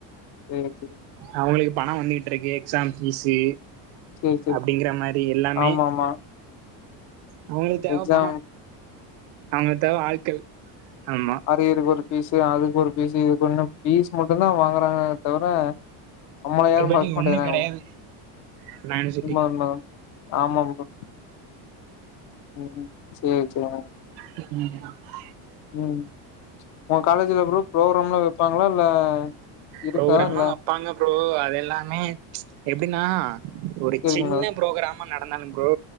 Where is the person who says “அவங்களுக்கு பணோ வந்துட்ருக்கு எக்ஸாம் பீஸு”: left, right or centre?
Right